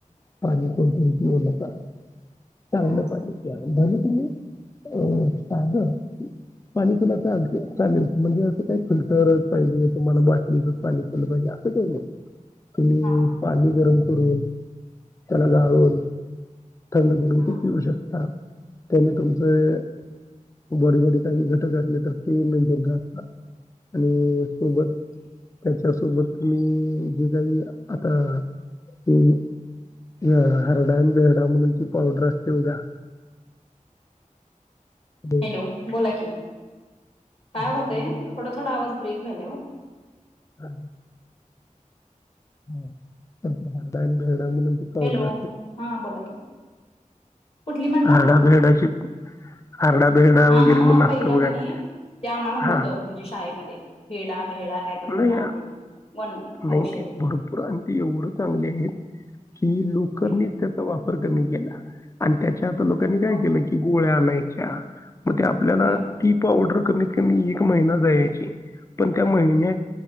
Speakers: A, on the left; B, on the left.
A: पाणी कोणतणती बोलत आ - चांगलं
B: हम्म
A: पाणी प्या भले तुम्ही. अ साधं पाणी पिला चालते चालेल म्हणजे असं काय फिल्टरच पाहिजे तुम्हाला बाटलीच पाणी पलं पाहिजे असं काही नाही. तुम्ही
B: हा
A: पाणी गरम करून त्याला गाळून थंड करून
B: हम्म
A: ते पिऊ शकता त्याने तुमच बॉडी मध्ये काही घटक असले तर ते मेनटेन राहतात आणि सोबत त्याच्या सोबत तुम्ही जे काही आता अ हरडा बेरडा म्हणून ती पावडर असते बघा ते
B: हॅलो बोला कि
A: हरडा
B: काय होतंय
A: बेरडा
B: थोडा थोडा आवाज ब्रेक हॅलो.
A: हा. हम्म हरडा एन बेरडा म्हणून ती पावडर
B: हॅलो हा बोला की कुठली म्हणला
A: हारडा बेरडाची हारडा बेरडा
B: हा
A: वगैरे
B: हा
A: म्हणून
B: हा
A: असत
B: पहिला
A: बघा
B: कणी
A: ते
B: ते आम्हाला
A: हा.
B: होतं म्हणजे शाळेमध्ये हेडा भेडा काय तर
A: नाही
B: हा
A: नाही
B: ते वन औषधी
A: ते भरपूर आण ते एवढं चांगले आहेत कि लोकांनीच
B: हम्म
A: त्याचा वापर वरकरणी गेला आणि त्या ते आता लोकांनी काय
B: हो.
A: केलं की गोळ्या आणायच्या मग ते आपल्याला
B: हम्म
A: ती पावडर कमी कमी एक महिना जायची पण त्या महिन्या